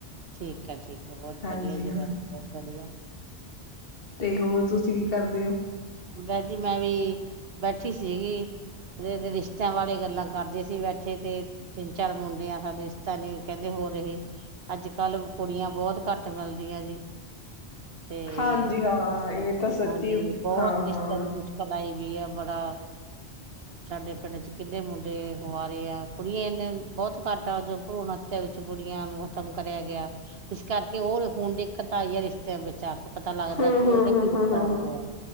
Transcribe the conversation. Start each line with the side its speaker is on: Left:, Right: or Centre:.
Right: ਠੀਕ ਆ, ਠੀਕ ਆ, ਬਹੁਤ
Left: ਹਾਂਜੀ
Right: ਵਧੀਆ ਜੀ।
Left: ਹਾਂ
Right: ਬਸ
Left: ਹਾਂ
Right: ਬਹੁਤ ਵਧੀਆ
Left: ਤੇ ਹੋਰ, ਤੁਸੀਂ ਕੀ ਕਰਦੇ ਹੋ?
Right: ਭੈਨ ਜੀ, ਮੈਂ ਵੀ, ਬੈਠੀ ਸੀਗੀ। ਰਿਸ਼ਤਿਆਂ ਵਾਲੇ ਗੱਲਾਂ ਕਰਦੇ ਸੀ, ਬੈਠੇ ਤੇ ਤਿੰਨ-ਚਾਰ ਮੁੰਡੇ ਆਂ ਸਾਡੇ, ਰਿਸਤਾ ਨੀ, ਕਹਿੰਦੇ ਹੋ ਰਹੇ। ਅੱਜ-ਕੱਲ ਕੁੜੀਆਂ, ਬਹੁਤ ਘੱਟ ਮਿਲਦੀਆਂ ਜੀ। ਤੇ,
Left: ਹਾਂਜੀ ਹਾਂ
Right: ਇਸ
Left: ਇਹ
Right: ਕਰਕੇ
Left: ਤਾਂ ਸੱਚੀ
Right: ਹਾਂਜੀ, ਬਹੁਤ
Left: ਹਾਂ
Right: ਰਿਸ਼ਤਿਆਂ
Left: ਹਾਂ
Right: ਦੀ ਮੁਸ਼ਕਲ ਆਈ ਵੀ ਆ, ਬੜਾ
Left: <inaudible>
Right: ਸਾਡੇ ਪਿੰਡ'ਚ ਕਿੰਨੇ ਮੁੰਡੇ ਕੁਆਰੇ ਆ, ਕੁੜੀਆਂ ਇੰਨੇ ਬਹੁਤ ਘੱਟ ਆ, ਭਰੂਣ ਹੱਥਿਆਂ ਵਿੱਚ ਕੁੜੀਆਂ ਨੂੰ ਖ਼ਤਮ ਕਰਿਆ ਗਿਆ, ਇਸ ਕਰਕੇ ਉਹ ਹੁਣ ਦਿੱਕਤ ਆਈ ਹੈ, ਰਿਸ਼ਤਿਆਂ ਵਿੱਚ ਆਕੇ ਪਤਾ ਲੱਗਦਾ
Left: ਹਮ
Right: ਕਿ, ਉਹਦਾ
Left: ਹਮ ਹਮ
Right: ਕੀ
Left: ਹਮ
Right: ਨੁਕਸਾਰ
Left: ਹਮ ਹਮ
Right: ਹੋਇਆ।